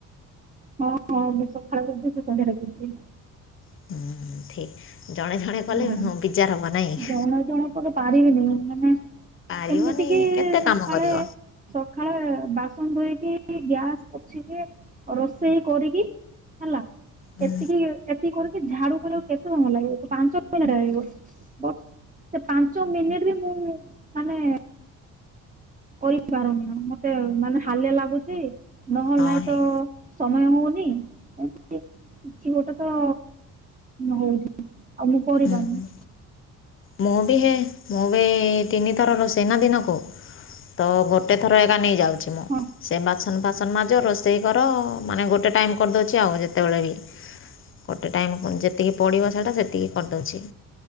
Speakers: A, on the right; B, on the left.
A: ହଁ ହଁ ମୁଁ ସଖାଳେ କରି ଦିଏ। ସେ ସନ୍ଧ୍ୟା ରେ କରି ଦିଏ।
B: ହୁଁ ଠିକ୍। ଜଣେ ଜଣେ କଲେ
A: ହୁଁ
B: ବିଜାର ହବ ନାହିଁ
A: ଜଣ ଜଣଙ୍କର ପାରିବିନି ମାନେ
B: ପାରିବନି
A: ଏମିତି କି
B: କେତେ
A: ସଖାଳେ
B: କାମ କରିବ
A: ସଖାଳେ ବାସନ ଧୋଇକି ଗ୍ୟାସ ପୋଛିକି ରୋଷେଇ କରିକି ହେଲା
B: ହୁଁ
A: ଏତିକି ଏତିକି କରିକି ଝାଡୁ କରିବାକୁ କେତେ ସମୟ ଲାଗିବ ପାଞ୍ଚ କେତେ ମିନିଟ୍ ଲାଗିବ କହୁନୁ ସେ ପାଞ୍ଚ ମିନିଟ ବି ମୁଁ ମାନେ କରି ପାରୁନି ଆଉ ମତେ ମାନେ ହାଲିଆ ଲାଗୁଚ ନ ହେଲେ
B: ହଁ
A: ନହିଁ
B: ହେଇ
A: ତ ସମୟ ହଉନି ଏମତି କିଛି ଗୋଟେ ତ ହଉଛି। ଆଉ ମୁଁ ପଢ଼ିପାରୁନି।
B: ହୁଁ ହୁଁ ମୁଁ ବି ହେ ମୁଁ ବି ତିନିଥରର ରୋଷେଇ ନା ଦିନକୁ। ତ ଗୋଟେ ଥର ଏକା ନେଇଯାଉଛି ମୁଁ।
A: ହଁ
B: ସେ ବାସନ ଫାସନ ନ ମାଜ ରୋଷେଇ କର ମାନେ ଗୋଟେ ଟାଇମ କରିଦଉଛି। ଆଉ ଯେତେବେଳେ ବି ଗୋଟେ ଟାଇମ ଯେତିକି ପଡ଼ିବ ସେଇଟା ସେତିକି କରିଦେଉଛି।